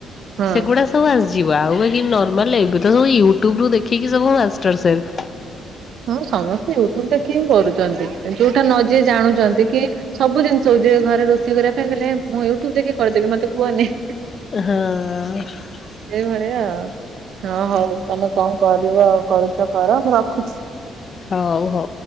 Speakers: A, on the right; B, on the left.
A: ହଁ।
B: ସେଗୁଡା ତ ଆସିଯିବ ଆଉ ବାକି ନର୍ମାଲ ଏବେ ତ ସବୁ ୟୁଟ୍ୟୁବ ରୁ ଦେଖିକି ସବୁ ମାଷ୍ଟର୍ ସେଫ୍।
A: ହଁ ସମସ୍ତେ ୟୁଟ୍ୟୁବ ଦେଖି ହିଁ କରୁଛନ୍ତି ଯୋଉଟା ନ ଯିଏ ଜାଣୁଛନ୍ତି କି ସବୁ ଜିନିଷ ହଉଛି ଯେ ଘରେ ରୋଷେଇ କରିବା ପାଇଁ ଦେଲେ ମୁଁ ୟୁଟ୍ୟୁବ ଦେଖି କରିଦେବି ମତେ କୁହନି।
B: ହଁ।
A: ଏଇଭଳିଆ ଆଉ ଅ ହଉ ତମେ କଣ କରିବ କରୁଛ କର ମୁଁ ରଖୁଛି।
B: ହଉ ହଉ।